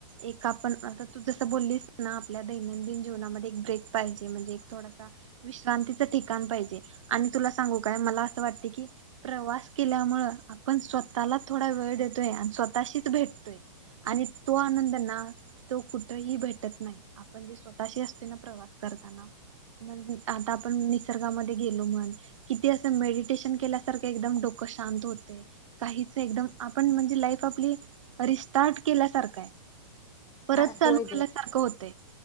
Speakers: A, on the right; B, on the left.
A: एक आपण आता तू जसं बोललीस ना आपल्या दैनंदिन जीवनामध्ये एक ब्रेक पाहिजे म्हणजे एक थोडासा विश्रांतीच ठिकाण पाहिजे आणि तुला सांगू काय मला असं वाटते की प्रवास केल्यामुळे आपण स्वतःला थोडा वेळ देतोय आणि स्वतःशीच भेटतोय आणि तो आनंद ना तो कुठही भेटत नाही, आपण जे स्वतःशी असतोय ना प्रवास करताना म आता आपण निसर्गामध्ये गेलो म्हण किती असं मेडिटेशन केल्यासारखं एकदम डोक शांत होते काहीच एकदम आपण म्हणजे लाईफ आपली रिस्टार्ट केल्यासारख आहे. परत
B: हा
A: चालू
B: होय ग
A: केल्यासारखं होते